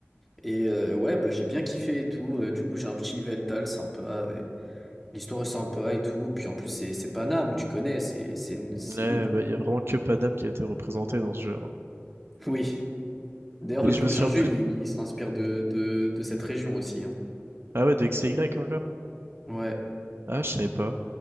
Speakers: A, in the centre; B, on the right.
A: Et euh, ouais, bah j'ai bien kiffé et tout. Euh, du coup, j'ai un petit Veltal sympa. et L'histoire est sympa et tout. Puis en plus, c'est c'est Paname, tu connais, c'est c'est c'est
B: Ouais,
A: nous. <laughs>
B: bah, il y a vraiment que Paname qui a été représenté dans ce jeu. hein. <laughs>
A: Oui. D'ailleurs,
B: Mais
A: le
B: je
A: prochain
B: me souviens
A: jeu,
B: plus.
A: il, il s'inspire de, de de cette région aussi. hein.
B: Ah ouais, de X Y encore?
A: Ouais.
B: Ah, je savais pas.